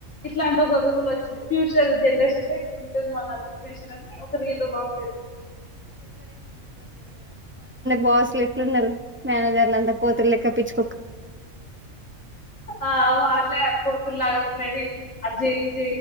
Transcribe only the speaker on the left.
ఇట్లాంటి ఒక రువులు వచ్చింది ఫ్యూచర్ జనరేషన్ ఇంట మన సిచువేషన్ అ ఒక రీల్ బాం
ఆ వాళ్ళే ఆ కూతురులాగాపోడి అజ్జయ్జ